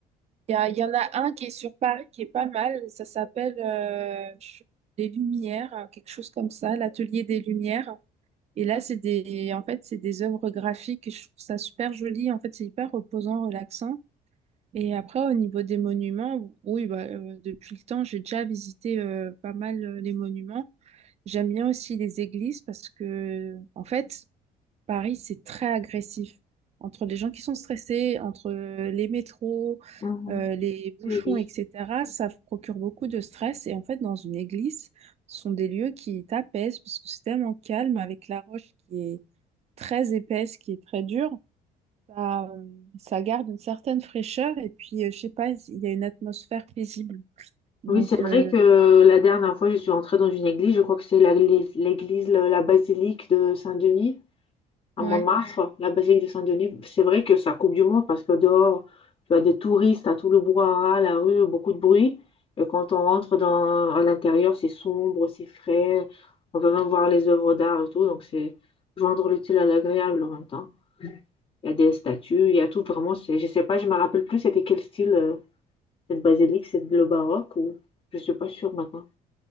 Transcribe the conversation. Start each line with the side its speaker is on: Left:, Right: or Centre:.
Right: Il y, a- il y en a un qui est sur Paris qui est pas mal. Ça s'appelle euh, je- Les Lumières, quelque chose comme ça, l'Atelier des Lumières. Et là, c'est des, en fait, c'est des œuvres graphiques. et Je trouve ça super joli. En fait, c'est hyper reposant, relaxant. Et après, au niveau des monuments, oui, bah, euh, depuis le temps, j'ai déjà visité euh, pas mal euh, les monuments. J'aime bien aussi les églises parce que, en fait, Paris, c'est très agressif. Entre les gens qui sont stressés, entre euh, les métros,
Left: Mhm.
Right: euh, les bouchons,
Left: Oui, oui.
Right: etc., ça procure beaucoup de stress. Et en fait, dans une église, ce sont des lieux qui t'apaisent parce que c'est tellement calme avec la roche qui est très épaisse, qui est très dure. Ça, euh, ça garde une certaine fraîcheur et puis, euh, je sais pas, il y a une atmosphère paisible. Donc,
Left: Oui, c'est vrai
Right: euh,
Left: que la dernière fois, je suis entrée dans une église. Je crois que c'est la- l'église, la basilique de Saint-Denis. À
Right: ouais.
Left: Montmartre, la basilique de Saint-Denis, c'est vrai que ça coupe du monde parce que dehors, tu as des touristes, à tout le brouhaha, la rue, beaucoup de bruit. Et quand on rentre dans, à l'intérieur, c'est sombre, c'est frais. On peut même voir les œuvres d'art et tout. Donc, c'est joindre l'utile à l'agréable en même temps. Il y a des statues, il y a tout vraiment. c'est- Je sais pas, je me rappelle plus c'était quel style euh, cette basilique, c'est le baroque ou je suis pas sûre maintenant,